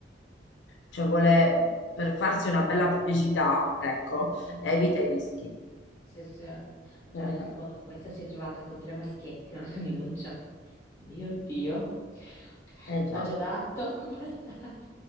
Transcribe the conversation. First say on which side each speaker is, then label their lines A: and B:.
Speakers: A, on the left; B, on the left.
A: cioè vuole, per farsi una bella pubblicità, ecco,
B: Mhm.
A: evita i rischi.
B: Sì, sì. Ma
A: Eh,
B: tu rendi
A: eh,
B: conto, questa si è trovata con tre maschietti e una femminuccia. Mio Dio. Ok,
A: eh già.
B: ha già dato, <laughs> può bastare.